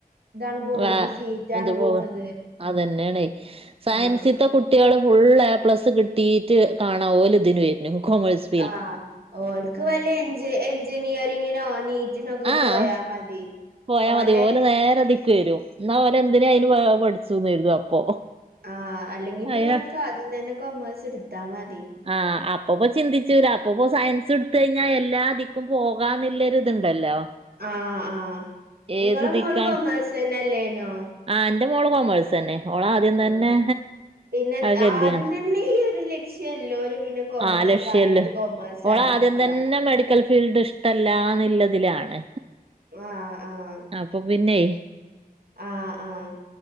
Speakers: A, on the right (about 80°); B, on the right (about 40°).
A: ഇതാണ് പോണത്
B: വ
A: സീറ്റാണ്
B: അത്
A: പോണത്
B: പൊ കും അതന്നെയാണ് സയൻസി
A: ആഹ്
B: ഇത്തെ കുട്ടികള് ഫുൾ എ പ്ലസ് കിട്ടിയിട്ട് കാണാ ഓല് ഇതിന് വരുന്നു കോമേഴ്സ്
A: ആഹ് ഓല്ക്ക് വല്ല എഞ്ച എഞ്ചിനിയറിങ്ങിനോ നീറ്റ്- നൊക്കെ
B: ആഹ്
A: പോയാ മതി.
B: പോയാ
A: ഓലെ
B: മതി പോലെ നേരതിക്ക് വരും എന്നാ ഓല് എന്തിന അതിന് പഠിച്ചുന്ന് വര് ന്ന അപ്പൊ
A: ആ അല്ലെങ്കിൽ പിന്നെോ
B: അയ്ന്
A: ഓല്ക്ക് ആദ്യം തന്നെ കൊമേഴ്സ് എടുത്താ മതി.
B: ആഹ് അപ്പപ്പോചിന്തിചൂല്ല അപ്പപ്പോ സയൻസ് എടുത്ത് കഴിഞ്ഞാൽ എല്ലാധിക്കും പോക വാന്ളള ഇതുണ്ടല്ലോ
A: ആഹ ആഹ് ഇങ്ങളെ
B: ഏത് ദിക്കാണ്
A: മോൾ കോമെഴ്‌സ് ന്നെ അല്ലേനോ?
B: ആഹ് എന്റെ മോള് കോമേഴ്സ് തന്നെ ഓള് ആദ്യം തന്നെ
A: ആ പിന്നെ
B: അത് കരുതിയാണ്
A: ആദ്യം തന്നെ ഈ ഒരു ലക്ഷ്യല്ലോല് പിന്നെ കൊമേഴ്സ്
B: ആ ലക്ഷ്യല്ലേ
A: കാര്യായിട്ട് കൊമേഴ്സാ
B: ഓൾ
A: ഇട്ക്ക
B: ആദ്യം തന്നെ മെഡിക്കൽ ഫീൽ- ഫീൽഡ് ഇഷ്ടല്ലാന്നള്ളതിലാണ്.
A: ആഹ് ആഹ്
B: അപ്പൊ പിന്നെ
A: ആഹ് ആഹ്